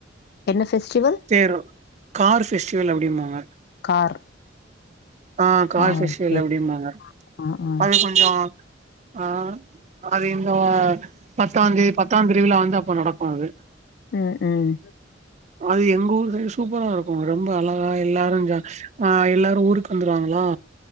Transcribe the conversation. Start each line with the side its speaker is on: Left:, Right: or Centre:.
Left: என்ன ஃபெஸ்டிவல்
Right: தேரோ கார் ஃபஸ்டிவல் அப்டிம்பாங்க
Left: கார்
Right: ஆஹ் கார்
Left: ஆ
Right: பெஸ்டிவல்
Left: ஓகே
Right: அப்டிம்பாங்க
Left: ஆ ஆ
Right: அது கொஞ்சோ ஆஹ் அது இந்த பத்தாம் தேதி பத்தாம் தேதில வந்து அப்போ நடக்கும் அது
Left: உம் உம்
Right: அது எங்க ஊர் சைடு சூப்பரா இருக்கும் ரொம்ப அழகா எல்லாரும் ஆஹ் எல்லாரும் ஊருக்கு வந்துருவாங்களா